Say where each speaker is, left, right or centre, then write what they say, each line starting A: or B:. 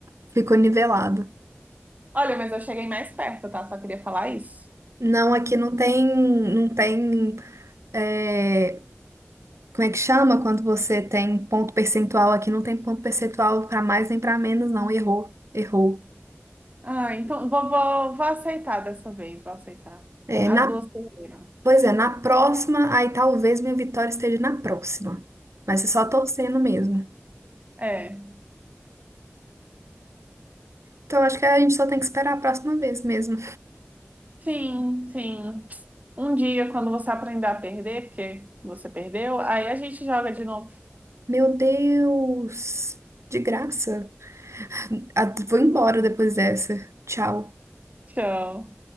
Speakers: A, on the right (about 85°); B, on the right (about 35°).
A: ficou nivelado.
B: Olha, mas eu cheguei mais perto, tá? Só queria falar isso.
A: Não, aqui não tem, não tem, é, como é que chama quando você tem ponto percentual? Aqui não tem ponto percentual para mais nem para menos, não. Errou, errou.
B: Ah, então vou, vou, vou aceitar dessa vez, vou aceitar.
A: É,
B: As
A: na
B: duas perderam.
A: Pois é, na próxima, aí talvez minha vitória esteja na próxima. Mas é só torcendo mesmo.
B: É,
A: Então acho que a gente só tem que esperar a próxima vez mesmo.
B: sim, sim. Um dia, quando você aprender a perder, porque você perdeu, aí a gente joga de novo.
A: Meu Deus! De graça. Ah, Vou embora depois dessa. Tchau.
B: Tchau.